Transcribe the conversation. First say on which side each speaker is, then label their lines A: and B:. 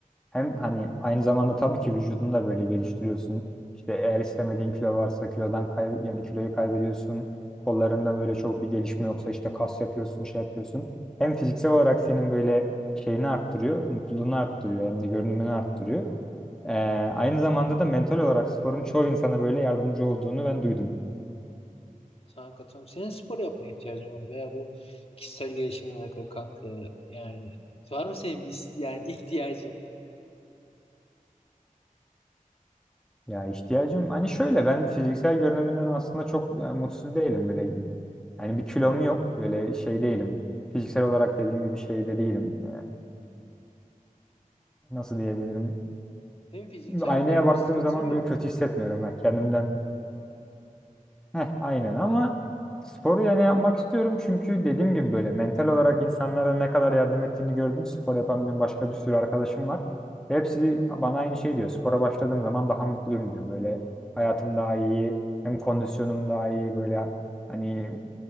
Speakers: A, in the centre; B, on the left.
A: hem hani aynı zamanda tabii ki vücudunu da böyle geliştiriyorsun. İşte eğer istemediğin kilo varsa kilodan kay yani kiloyu kaybediyorsun. Kollarında böyle çok bir gelişme yoksa işte kas yapıyorsun, şey yapıyorsun. Hem fiziksel olarak senin böyle şeyini arttırıyor, mutluluğunu arttırıyor hem de görünümünü arttırıyor. Ee, aynı zamanda da mental olarak sporun çoğu insana böyle yardımcı olduğunu ben duydum.
B: Sana katılıyorum. Senin spor yapmaya ihtiyacın var mı? veya bu kişisel gelişimle alakalı kanka yani var mı senin bir yani ihtiyacın?
A: Ya ihtiyacım hani şöyle ben fiziksel görünümünden aslında çok yani, mutsuz değilim böyle. Yani bir kilom yok böyle şey değilim. Fiziksel olarak dediğim gibi şey de değilim. Ee, nasıl diyebilirim?
B: Senin fiziksel
A: Aynaya
B: olarak
A: baktığım
B: bir sıkıntın
A: zaman
B: yok.
A: böyle kötü hissetmiyorum ben kendimden. Heh, aynen ama sporu yani yapmak istiyorum çünkü dediğim gibi böyle mental olarak insanlara ne kadar yardım ettiğini gördüm. Spor yapan benim başka bir sürü arkadaşım var. Ve hepsi bana aynı şey diyor. Spora başladığım zaman daha mutluyum diyor. Böyle hayatım daha iyi, hem kondisyonum daha iyi böyle hani